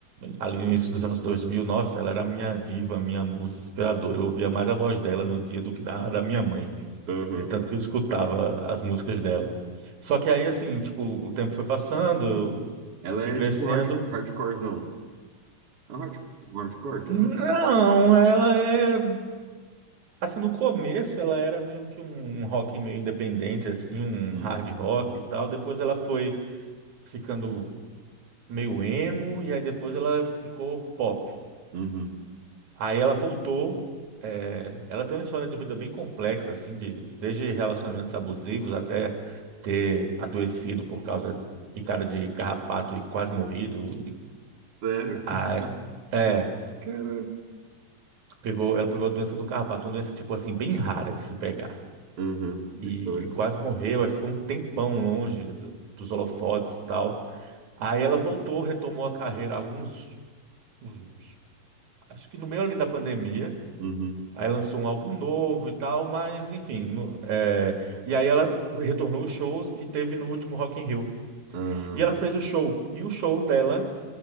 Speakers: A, on the right; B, on the right.
A: Ali no início dos anos dois mil nossa, ela era minha diva, minha musa inspiradora. Eu ouvia mais a voz dela no dia do que da, da minha mãe.
B: uhum.
A: de tanto que eu escutava as músicas dela. Só que aí, assim, tipo, o tempo foi passando, eu
B: Ela
A: fui
B: é
A: crescendo.
B: tipo hard, hardcorezão. É um hard, um hardcore, será?
A: Não, ela é. Assim, no começo ela era meio que um, um rock meio independente, assim, um
B: Hum,
A: hard rock e tal. Depois ela foi ficando meio emo, e aí depois ela ficou pop.
B: uhum.
A: Aí ela voltou. é, ela tem uma história de vida bem complexa, assim, de, desde relacionamentos abusivos até ter adoecido por causa de picada de carrapato e quase morrido.
B: Sério?
A: A-
B: <laughs>
A: é,
B: Caramba.
A: pegou, ela pegou a doença do carrapato, uma doença, tipo assim, bem rara de se pegar.
B: Uhum,
A: E
B: que sorte.
A: quase morreu, aí ficou um tempão longe do- dos holofotes e tal. Aí ela voltou, retomou a carreira alguns, uns- acho que no meio ali da pandemia.
B: Uhum.
A: Aí lançou um álbum novo e tal, mas enfim. no- é, E aí ela retornou os shows e teve no último Rock in Rio.
B: Ah,
A: E ela
B: tá.
A: fez o show. E o show dela,